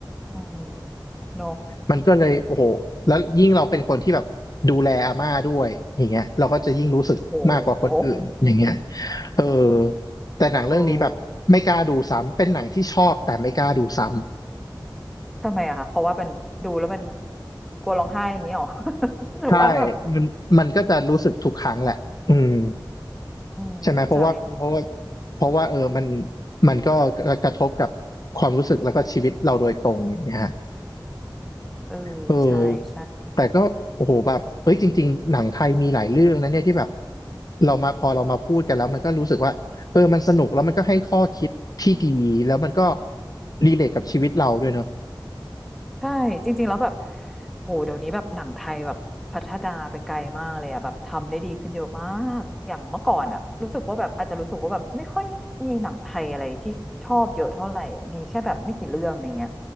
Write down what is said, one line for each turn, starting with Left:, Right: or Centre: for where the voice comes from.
Centre: อืมเนอะ
Left: มันก็เลยโอ้โหแล้วยิ่งเราเป็นคนที่แบบดูแลอาม่าด้วยอย่างเงี้ยเราก็จะยิ่งรู้สึกมากกว่าคนอื่นอย่างเงี้ย
Centre: จริงโอ้โห
Left: เออแต่หนังเรื่องนี้แบบไม่กล้าดูซ้ำเป็นหนังที่ชอบแต่ไม่กล้าดูซ้ำ
Centre: เออทำไมอะคะเพราะว่าเป็นดูแล้วมันกลัวร้องไห้อย่างนี้หรอ <laughs> หรือว่าแบบ
Left: ใช่มันมันก็จะรู้สึกทุกครั้งแหละอืม
Centre: อืมเข้าใจ
Left: ใช่ไหมเพราะว่าเพราะว่าเพราะว่าเออมันมันก็กระทบกับความรู้สึกแล้วก็ชีวิตเราโดยตรงอย่างเงี้ย
Centre: เออใช่ใช่
Left: เออแต่ก็โอ้โหแบบเฮ้ยจริงๆหนังไทยมีหลายเรื่องนะเนี่ยที่แบบเรามาพอเรามาพูดกันแล้วมันก็รู้สึกว่าเออมันสนุกแล้วมันก็ให้ข้อคิดที่ดีแล้วมันก็รีเลทกับชีวิตเราด้วยเนาะ
Centre: ใช่จริงๆแล้วแบบโหเดี๋ยวนี้แบบหนังไทยแบบพัฒนาไปไกลมากเลยอะแบบทำได้ดีขึ้นเยอะมากอย่างเมื่อก่อนอะรู้สึกว่าแบบอาจจะรู้สึกว่าแบบไม่ค่อยมีหนังไทยอะไรที่ชอบเยอะเท่าไหร่อะมีแค่แบบไม่กี่เรื่องอะไรเงี้ย